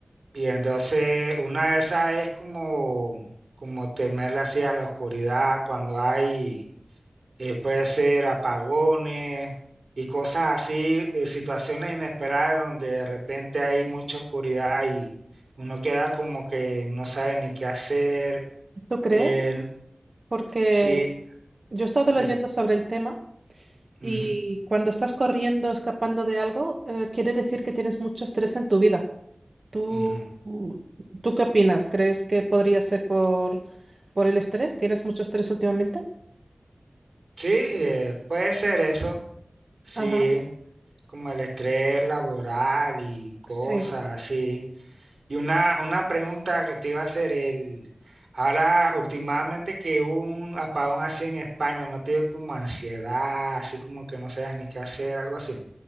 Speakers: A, on the right; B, on the right.
A: y entonces una de esas es como, como temerle así a la oscuridad cuando hay, eh, puede ser apagones y cosas así, eh, situaciones inesperadas donde de repente hay mucha oscuridad y uno queda como que no sabe ni qué hacer.
B: ¿Tú crees?
A: Eh,
B: Porque
A: sí,
B: yo he estado
A: dime.
B: leyendo sobre el tema
A: Ujú,
B: y cuando estás corriendo, escapando de algo, eh, quiere decir que tienes mucho estrés en tu vida. ¿Tú,
A: ujú.
B: tú qué opinas? ¿Crees que podría ser por, por el estrés? ¿Tienes mucho estrés últimamente?
A: Sí, eh, puede ser eso, sí.
B: Ajá,
A: como el estrés laboral y cosas
B: sí.
A: así. Y una, una pregunta que te iba a hacer, el, ahora últimamente que hubo un apagón así en España, ¿no te dio como ansiedad, así como que no sabes ni qué hacer, algo así?